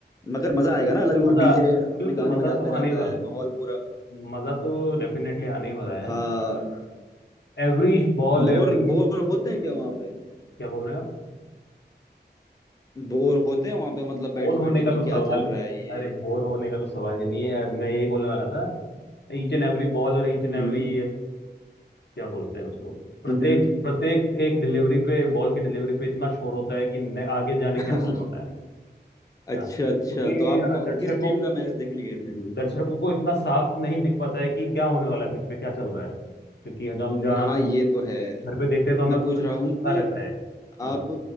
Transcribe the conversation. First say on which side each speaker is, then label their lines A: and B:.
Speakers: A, on the left; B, on the left.
A: मगर मजा आएगा ना अलग वो
B: मजा
A: डीजे अपने
B: बिल्कुल
A: गाने
B: मजा
A: बजाते
B: तो आने
A: रहता
B: ही वाला
A: है माहौल पूरा
B: है मजा तो डेफिनेटली आने ही वाला
A: हाँ
B: है Every ball
A: बोर
B: every
A: बोर होते हैं क्या वहाँ पे
B: क्या बोल रहे हैं आप
A: बोर होते हैं वहाँ पे मतलब बैठे
B: बोर होने
A: बैठे
B: का
A: कि
B: तो
A: क्या
B: सवाल
A: चल रहा है ये
B: अरे बोर होने का तो सवाल ही नहीं है मैं यही बोलने वाला था ईच एंड एवरी बॉल और ईच एंड
A: हम्म
B: एवरी क्या बोलते हैं उसको प्रत्येक
A: हम्म
B: प्रत्येक एक डिलीवरी पे बॉल की डिलीवरी पे इतना शोर होता है कि न- आगे जाने
A: <laughs>
B: क्या होने वाला है
A: अच्छा
B: हाँ क्योंकि
A: अच्छा तो आप
B: अ,
A: कौ-
B: दर्शकों
A: किस टीम का मैच देखने गए
B: दर्शकों
A: थे
B: को इतना साफ नहीं दिख पाता है कि क्या होने वाला है पिच पे क्या चल रहा है क्योंकि हम जहाँ
A: वी- हाँ ये तो है
B: घर पे देखते हैं तो हमें
A: मैं
B: पता
A: पूछ रहा
B: पता
A: हूँ कि
B: रहता है हम्म।
A: आप